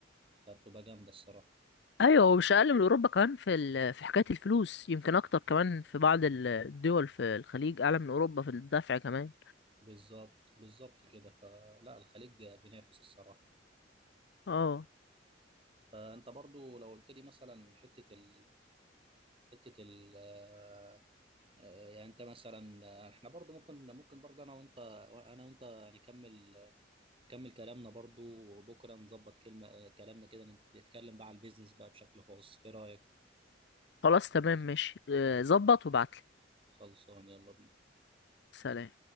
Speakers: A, on the right; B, on the left.
A: فبتبقى جامده الصراحه
B: ايوه ومش اقل من اوروبا كمان في ال... في حكايه الفلوس يمكن اكتر كمان في بعض ال- الدول في الخليج اعلى من اوروبا في الدفع كمان
A: بالظبط بالظبط كده فلا الخليج بينافس الصراحه
B: اه
A: فانت برضو لو قلت لي مثلا حته ال... حته ال... آه، آه، يعني انت مثلا آه، احنا برضو ممكن ممكن برضو انا وانت انا وانت نكمل نكمل كلامنا برضو وبكره نظبط كلمه آه، كلامنا كده نت- نتكلم بقى على البيزنس بقى بشكل خاص ايه رايك
B: خلاص تمام ماشي آه، ظبط وابعتلي
A: خلصان يلا بينا
B: سلام